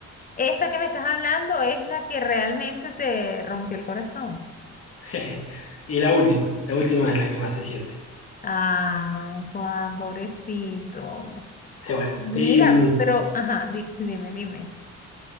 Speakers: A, on the left; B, on the left.
A: Esta que me estás hablando es la que realmente te rompió el corazón.
B: <laughs> Y la última, la última es la que más se siente.
A: Ay, Juan, pobrecito.
B: Eh, bueno,
A: Mira,
B: y, mm,
A: pero, ajá, di- sí, dime, dime.